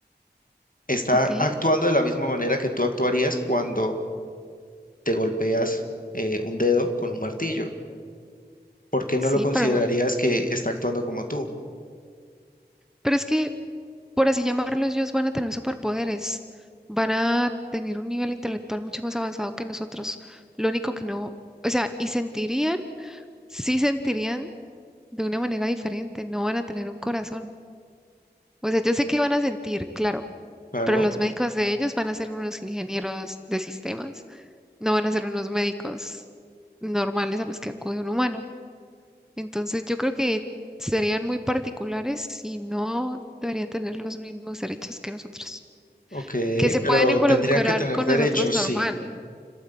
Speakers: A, on the left; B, in the centre.
A: Está
B: Ok,
A: actuando de la misma manera que tú actuarías cuando te golpeas eh, un dedo con un martillo. ¿Por qué
B: sí,
A: no lo considerarías
B: pero,
A: que está actuando como tú?
B: pero es que, por así llamarlo, ellos van a tener superpoderes, van a tener un nivel intelectual mucho más avanzado que nosotros. Lo único que no, o sea, y sentirían, sí sentirían de una manera diferente, no van a tener un corazón. O sea, yo sé que van a sentir, claro,
A: Claro,
B: pero los médicos de ellos van a ser unos ingenieros de sistemas, no van a ser unos médicos normales a los que acude un humano. Entonces, yo creo que serían muy particulares y no deberían tener los mismos derechos que nosotros.
A: ok,
B: Que se
A: pero
B: pueden involucrar
A: tendrían que tener
B: con
A: derechos,
B: nosotros normal.
A: sí.